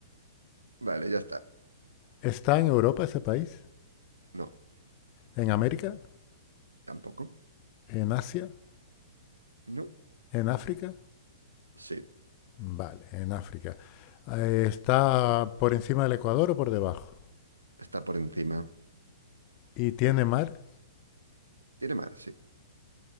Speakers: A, on the right; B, on the left.
A: vale, ya está.
B: ¿Está en Europa ese país?
A: No,
B: ¿En América?
A: tampoco.
B: ¿En Asia?
A: No,
B: ¿En África?
A: sí,
B: Vale, en África. Eh, ¿Está por encima del Ecuador o por debajo?
A: está por encima.
B: ¿Y tiene mar?
A: Tiene mar, sí.